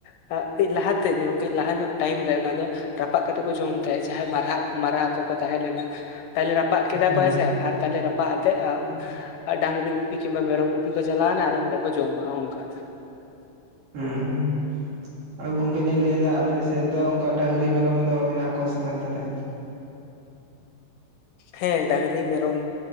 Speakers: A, on the left; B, on the right.
A: ᱟᱜ ᱠᱟᱹᱡ ᱞᱟᱦᱟᱛᱮ ᱧᱚᱜ ᱠᱟᱹᱡ ᱞᱟᱦᱟ ᱧᱚᱜ ᱴᱟᱭᱤᱢ ᱨᱮ ᱚᱱᱟ ᱫᱚ᱾ ᱨᱟᱯᱟᱜ ᱠᱟᱛᱮᱜ ᱠᱚ ᱡᱚᱢ ᱛᱟᱦᱮᱸ, ᱡᱟᱦᱟᱸᱭ ᱢᱟᱨᱦᱟᱜ ᱢᱟᱨᱦᱟ ᱠᱚᱠᱚ ᱛᱟᱦᱮᱸ ᱞᱮᱱᱟ, ᱛᱟᱦᱚᱞᱮ ᱨᱟᱯᱟᱜ ᱠᱮᱫᱟ
B: ᱦᱩᱸ
A: ᱠᱚ ᱦᱮᱸᱥᱮ ᱟᱨ ᱛᱟᱦᱞᱮ ᱨᱟᱯᱟᱜ ᱟᱛᱮᱜ
B: ᱦᱩᱸ
A: ᱟ ᱰᱟᱝᱨᱤ ᱜᱩᱯᱤ ᱠᱤᱝᱵᱟ ᱢᱮᱨᱚᱢ ᱜᱩᱯᱤ ᱠᱚ ᱪᱟᱞᱟᱣᱱᱟ ᱟᱨ ᱚᱸᱰᱮ ᱠᱚ ᱡᱚᱢᱟ ᱦᱚ-ᱚᱝᱠᱟ᱾
B: ᱦᱩᱸ᱾ ᱟ ᱜᱚᱝᱠᱮ ᱞᱤᱧ ᱞᱟᱹᱭᱮᱫᱟ ᱟᱯᱮ ᱥᱮᱫ ᱫᱚ ᱚᱱᱠᱟ ᱰᱟᱹᱟᱝᱨᱤ ᱢᱮᱨᱚᱢ ᱫᱚ ᱢᱮᱱᱟᱜ ᱠᱚᱣᱟ ᱥᱮ ᱵᱟᱝ ᱛᱟᱞᱦᱮ?
A: ᱦᱮᱸ ᱰᱟᱝᱨᱤ ᱢᱮᱨᱚᱢ